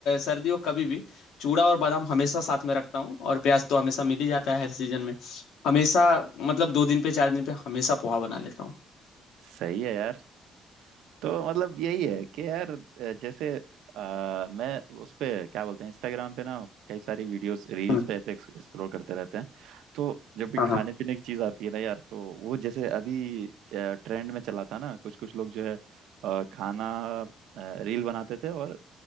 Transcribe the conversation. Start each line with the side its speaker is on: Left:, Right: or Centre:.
Left: सर्दी हो कभी भी चूड़ा और बादाम हमेशा साथ में रखता हूँ और प्याज तो हमेशा मिल ही जाता है हर सीजन में हमेशा मतलब दो दिन पे चार दिन पे हमेशा पोहा बना लेता हूँ
Right: सही है यार तो मतलब यही है कि यार अ, जैसे अ, मैं उस पे क्या बोलते हैं इंस्टाग्राम पे ना कई सारी वीडियोस रील्स
Left: हम्म,
Right: पे ऐसे स्क्रॉल करते रहते हैं तो जब भी
Left: हाँ
Right: खाने
Left: हाँ
Right: पीने की चीज़ आती है ना यार तो वो जैसे अभी ट्रेंड में चला था ना कुछ कुछ लोग जो है अ, खाना रील बनाते थे और